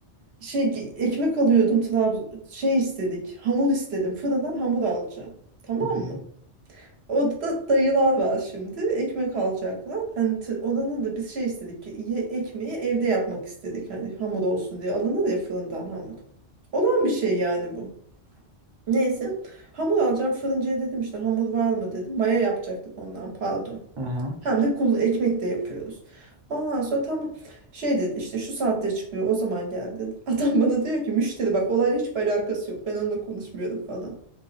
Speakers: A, on the right (about 65°); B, on the right (about 30°).
A: şey gi- ekmek alıyordum Trabzon şey istedik. Hamur istedim. Fırından hamur alacağım. Tamam
B: Hı hı.
A: mı? Orada dayılar var şimdi. Ekmek alacaklar. Hani t- oranın da biz şey istedik ki ye- ekmeği evde yapmak istedik. Hani hamur olsun diye alınır ya fırından hamur. Olan bir şey yani bu. Neyse. Hamur alacağım. Fırıncıya dedim işte hamur var mı dedim. Maya yapacaktık ondan pardon.
B: Aha.
A: Hem de kul ekmek de yapıyoruz. Ondan sonra tam şey dedi işte şu saatte çıkıyor o zaman gel dedi. <laughs> Adam bana diyor ki müşteri bak olayla hiçbir alakası yok. Ben onunla konuşmuyorum falan.